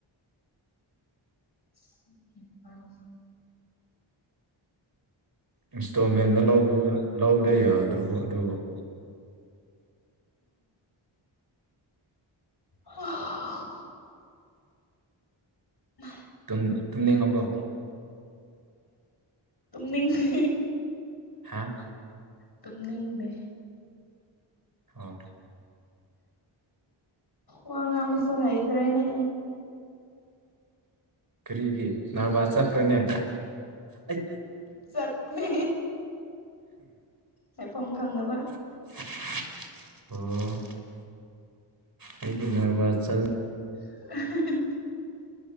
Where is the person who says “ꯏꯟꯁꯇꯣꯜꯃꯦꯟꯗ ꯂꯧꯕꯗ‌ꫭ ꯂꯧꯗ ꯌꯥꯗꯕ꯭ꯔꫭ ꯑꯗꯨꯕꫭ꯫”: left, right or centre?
Right